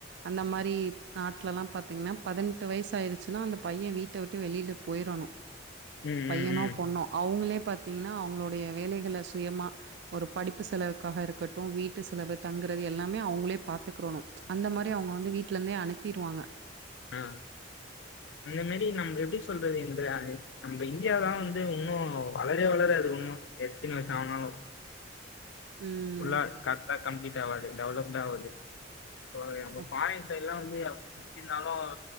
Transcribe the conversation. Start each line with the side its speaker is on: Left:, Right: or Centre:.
Right: அந்த மாரி நாட்ல எல்லா பாத்தீங்கன்னா பதினெட்டு வயசு ஆயிருச்சுன்னா அந்த பையன் வீட்ட விட்டு வெளியில போயிரணு
Left: ம்
Right: பையனோ
Left: ம் ம்
Right: பொண்ணோ அவங்களே பாத்தீங்கன்னா அவங்களுடைய வேலைகள சுயமா ஒரு படிப்பு செலவுக்காக இருக்கட்டும் வீட்டு செலவு தங்கறது எல்லாமே அவங்களே பாத்துக்கிறோணு அந்த மாரி அவ்ங்க வந்து வீட்டுல இருந்தே அனுப்பிருவாங்க
Left: ஆ அந்த மாரி நம் எப்டி சொல்றது இந்திரா அது நம்ம இந்தியாதா வந்து உன்னு வளரவே வளராது உன்னு எத்தினி வருஷ ஆனாலு
Right: ம்
Left: ஃபுல்லா காரக்டா கம்ப்ளீட் ஆவாது டெவலப்டு ஆவாது இப்போ நம்ம
Right: அப்
Left: ஃபாரின் அந்த சைல்லா வந்து புடிச்சி இருந்தாலு